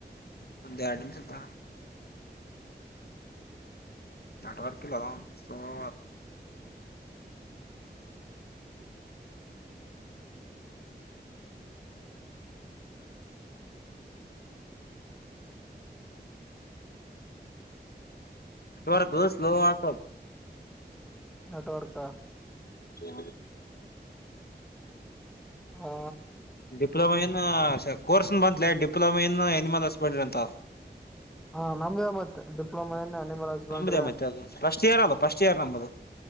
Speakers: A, on the left; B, in the centre.
A: ಒಂದ್ ಎರಡ್ ನಿಮಿಷತ್ತ ನೆಟ್ವರ್ಕ್ ಇಲ್ಲದಾ ಸಲೋ ಇಡ ಗ ಸ್ಲ ಆಸ
B: ನೆಟ್ವರ್ಕ
A: ಹ
B: ಹಾ
A: ಡಿಪ್ಲೊಮೆಯನ್ನು ಸರ್ ಕೋರ್ಸನ ಬಂದಲ ಡಿಪ್ಲೊಮ ಇನ್ನು ಆನಿಮಲ್ ಹಸ್ಬೆಂಡ್ರಿ ಅಂತ
B: ಹಾ ನಮ್ಗೆೇ ಮತ್ತೆ ಡಿಪ್ಲೊಮಾ ಏನ್ ಅನಿಮಲ್ ಹಸ್ಬೆಂಡ್ರಿ
A: ನಮ್ದೇ ಮತ್ತೆ ಅದು ಫಸ್ಟ್ ಇಯರ್ ಅಲ್ಲ ಫಸ್ಟ್ ಇಯರ್ ನಂಬದು